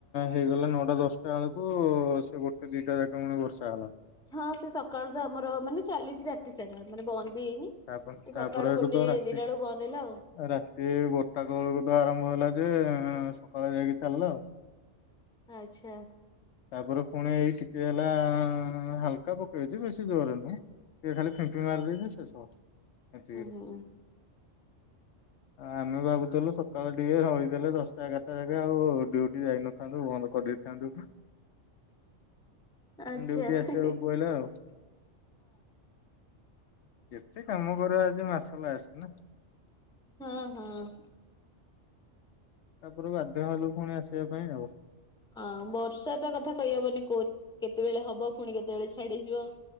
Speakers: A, on the left; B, in the centre.
A: ହେଇଗଲା ନଅଟା ଦଶଟା ସେଟା ବେଳକୁ ସେ ଗୋଟେ ଦିଟା ଯା ଗଣି ବର୍ଷା ହେଲା।
B: ହଁ ସେ ସକାଳୁ ତ ଆମର ମାନେ ଚାଲିଛି ରାତି ସାରା ମାନେ ବନ୍ଦ ବି ହେଇନି।
A: ତାପରେ ତାପରେ
B: ସକାଳୁ
A: ଏଠୁ
B: ଗୋଟେ
A: ତ ରାତି
B: ଦିନ ବେଳୁ ବନ୍ଦ ହେଲା ଆଉ।
A: ରାତି ଗୋଟା ବେଳକୁ ତ ଆରମ୍ଭ ହେଲା ଯେ ସକାଳେ ଯାଇକି ଚାଲିଲା ଆଉ।
B: ଆଚ୍ଛା।
A: ତାପରେ ପୁଣି ଏଇ ଟିକେ ହେଲା ହାଲକା ପକେଇଛି ବେଶୀ ଜୋରେ ନୁହେଁ। ଏ ଖାଲି ଫେଙ୍କେଇ ମାରଦେଇଚି ସେ ସକ।
B: ହୁଁ
A: ଆମେ ଭାବୁଥିଲୁ ସକାଳ ଟିକେ ରହିଥିଲେ ଦଶଟା ଏଗାରଟା ଜାକ ଆଉ ଡିଉଟି ଯାଇନଥା ଥାନ୍ତୁ ବନ୍ଦ କରିଦେଇଥାନ୍ତୁ।
B: ଆଚ୍ଛା
A: ଡିଉଟି ଆସିବାକୁ
B: ହଁ।
A: ପଡିଲା ଆଉ। କେତେ କାମ କରିବ ଆଜି ମାସ ଲାଷ୍ଟ ନା।
B: ହଁ ହଁ।
A: ତାପରେ ବାଧ୍ୟ ହେଲୁ ପୁଣି ଆସିବା ପାଇଁ ଆଉ।
B: ଅଁ ବର୍ଷା ଟା କଥା କହିହବନି କୋଉ କେତେବେଳେ ହବ ପୁଣି କେତେବେଳେ ଛାଡିଯିବ।